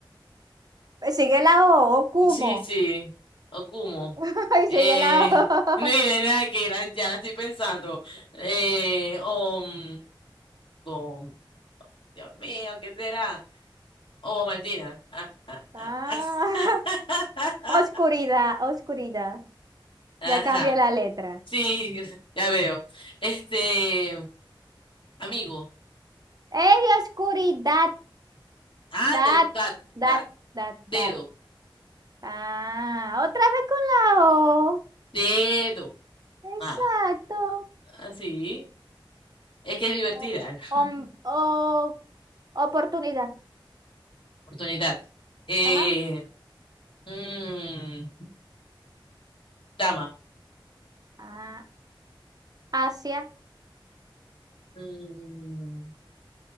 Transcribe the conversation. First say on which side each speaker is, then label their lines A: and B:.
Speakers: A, on the right; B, on the left.
A: Sigue la O, Okumo.
B: Sí, sí, Okumo.
A: <laughs> Ay,
B: Eh,
A: sigue la O.
B: <laughs> no hay nada que la- ya la estoy pensando. Eh, o, mm, o, Dios mío, ¿qué será? O Martina. Ah, ah,
A: Ah,
B: ah. <laughs>
A: <laughs> oscuridad, oscuridad.
B: Ajá,
A: Ya cambié la letra.
B: sí, <laughs> ya veo. Este, amigo.
A: ¡Ey, oscuridad!
B: Ah,
A: That,
B: te- da-
A: that,
B: da-
A: that,
B: dedo,
A: that. Ah, otra vez con la O.
B: dedo.
A: Exacto.
B: Ah, ah, sí, es que es divertida.
A: O, om-
B: <laughs>
A: o- oportunidad.
B: Oportunidad. Eh,
A: Ajá.
B: mm, dama.
A: Ah, Asia.
B: Mm,